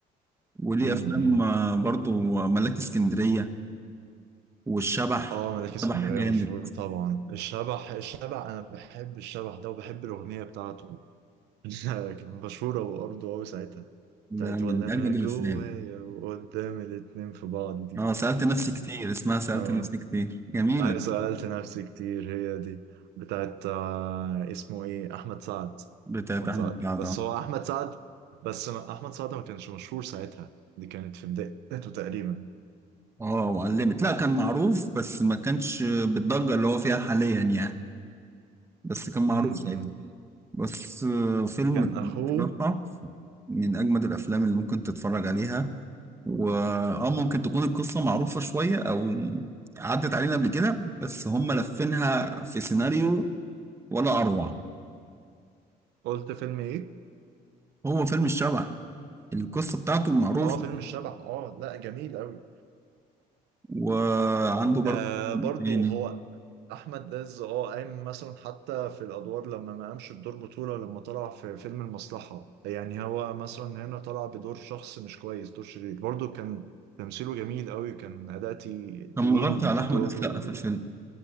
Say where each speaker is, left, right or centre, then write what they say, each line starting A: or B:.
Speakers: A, on the right; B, on the right.
A: وليه
B: امم
A: افلام
B: أمم.
A: آه، برضو ملاك اسكندريه والشبح
B: اه ملاك اسكندريه
A: شبح اه جامد
B: مشهور طبعا الشبح الشبح انا بحب الشبح ده وبحب الاغنيه بتاعته <laughs> كانت مشهوره وارضه قوي ساعتها بتاعت
A: ده من
B: ولا انا
A: اجمد
B: جوايا
A: الافلام
B: وقدام الاتنين في بعض دي
A: اه سالت نفسي كتير اسمها سالت
B: اه
A: نفسي كتير جميله
B: ايوه سألت نفسي كتير هي دي بتاعت آه، اسمه ايه احمد سعد
A: بتاعت
B: احمد
A: احمد
B: سعد
A: سعد
B: بس
A: اه
B: هو احمد سعد بس ما- احمد سعد ما كانش مشهور ساعتها دي كانت في بدايته تقريبا
A: آه، وعلمت لا كان معروف بس ما كانش بالضجه اللي هو فيها حاليا يعني بس كان معروف
B: امم
A: ساعتها بس آه، فيلم
B: كان اخوه
A: بصراحه من اجمد الافلام اللي ممكن تتفرج عليها واه ممكن تكون القصة معروفة شوية او عدت علينا قبل كده بس هم لفينها في سيناريو ولا اروع
B: قلت فيلم ايه
A: هو فيلم الشبح القصة بتاعته معروف
B: اه فيلم الشبح اه لا جميل قوي
A: وعنده برضه
B: آه برضو
A: يعني
B: هو احمد داز اه قايم مثلا حتى في الادوار لما ما قامش بدور بطوله لما طلع في فيلم المصلحه يعني هو مثلا هنا طلع بدور شخص مش كويس دور شرير برضه كان تمثيله جميل قوي كان اداء تي-
A: كان
B: تقيل
A: مغطي
B: بدور
A: على احمد السقا
B: و...
A: في الفيلم